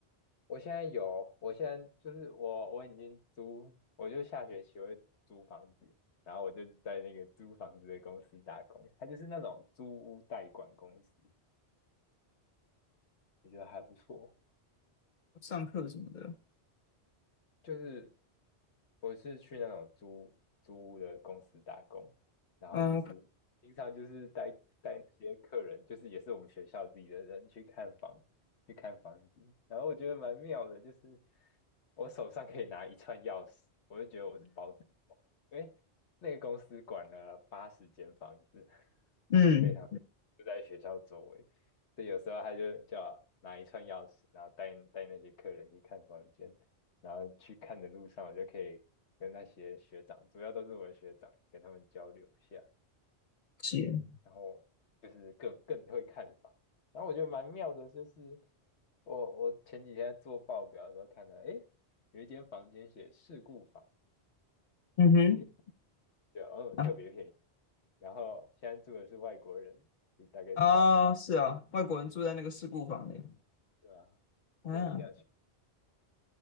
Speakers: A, on the left; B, on the left.
A: 我现在有，我现在就是我我已经租，我就下学期会租房子，然后我就在那个租房子的公司打工，它就是那种租屋代管公司，我觉得还不错。
B: 上课什么的？
A: 就是我是去那种租租屋的公司打工，然后就是平常就是带带那些客人，
B: 嗯，OK
A: 就是也是我们学校自己的人去看房，去看房子，然后我觉得蛮妙的，就是我手上可以拿一串钥匙，我就觉得我是包子。因为那个公司管了八十间房子，
B: 嗯，
A: 非常就在学校周围，
B: 了
A: 所以有时候他就叫我拿一串钥匙，然后带带那些客人去看房间，然后去看的路上，我就可以跟那些学长，主要都是我的学长，跟他们交流一下，
B: 解。
A: 然后就是更更会看房。然后我觉得蛮妙的，就是我我前几天在做报表的时候看到，诶，有一间房间写事故房，
B: 嗯哼，
A: <laughs> 对，哦，
B: 然后
A: 特别便宜。然后现在住的是外国人，你大概知道，
B: 哦，
A: 嗯，
B: 是啊，外国人住在那个事故房里，
A: 对啊，
B: 嗯、
A: 便宜两千，